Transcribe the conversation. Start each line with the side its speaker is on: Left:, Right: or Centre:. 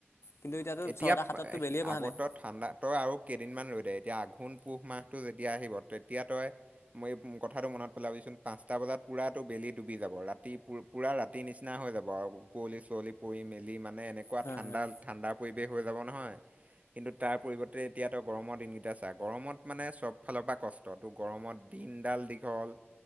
Left: কিন্তু এতিয়াটো
Right: এতিয়া
Left: ছটা
Right: প-
Left: সাততটো
Right: সি-
Left: বেলিয়ে বহা
Right: আগত
Left: নাই।
Right: তই ঠাণ্ডা তই আৰু কেইদিনমান ৰৈ দে এতিয়া আঘোণ পুহ মাহটো যেতিয়া আহিব তেতিয়া তই- মই এই মোৰ কথাটো মনত পেলাবিচোন পাঁচটা বজাত পুৰাটো বেলি ডুবি যাব ৰাতি পুৰ- পূৰা ৰাতি নিচিনা হৈ যাব আৰু কুঁৱলী চুঁৱলি পৰি মেলি মানে এনেকুৱা
Left: হয়,
Right: ঠাণ্ডা
Left: হয়,
Right: ঠাণ্ডা- পৰিৱেশ হৈ যাব নহয়, কিন্তু তাৰ পৰিৱৰ্তে এতিয়াতো গৰমৰ দিনকেইটা চা গৰমত মানে চব ফালৰ পৰা কষ্ট- ত তো গৰমত দিনডাল দীঘল